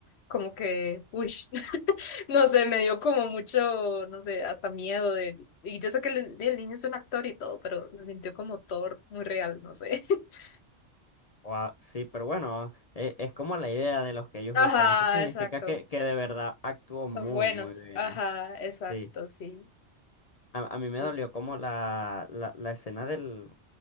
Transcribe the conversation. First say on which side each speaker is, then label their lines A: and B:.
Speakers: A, on the left; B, on the left.
A: Como que, uy, <laughs> no sé, me dio como mucho, no sé, hasta miedo de... Y yo sé que el, el niño es un actor y todo, pero se sintió como Thor, muy real, no sé. <laughs>
B: Guau, sí, pero bueno, e- es, como la idea de los que ellos
A: Ajá,
B: buscan. Eso significa
A: exacto.
B: que, que de verdad actuó muy,
A: Son buenos.
B: muy bien.
A: Ajá, exacto,
B: Sí.
A: sí.
B: A, a mí
A: Sí.
B: me dolió
A: sí.
B: como la, la, la escena del,